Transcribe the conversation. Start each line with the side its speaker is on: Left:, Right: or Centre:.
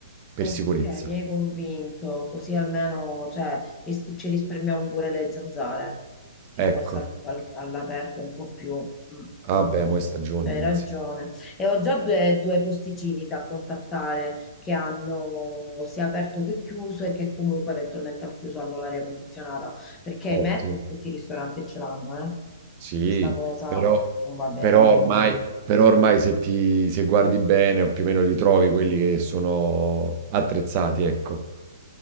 Right: per
Left: ok,
Right: sicurezza.
Left: mi hai convinto, così almeno cioè, ci, ci risparmiamo pure le zanzare, che
Right: Ecco.
Left: forse al- al- all'aperto è un po' più... mm,
Right: Vabbè,
Left: mm,
Right: mo'
Left: mm.
Right: è stagione,
Left: Cioè, hai
Right: inizia.
Left: ragione. E ho già due, due posticini da contattare che hanno sia aperto che chiuso e che comunque eventualmente al chiuso hanno l'aria condizionata, perché
Right: Ottimo.
Left: ahimè non tutti i ristoranti ce l'hanno, eh.
Right: Sì,
Left: Questa cosa
Right: però
Left: non va bene.
Right: però ormai però ormai se ti se guardi bene o più o meno li trovi quelli che sono attrezzati, ecco.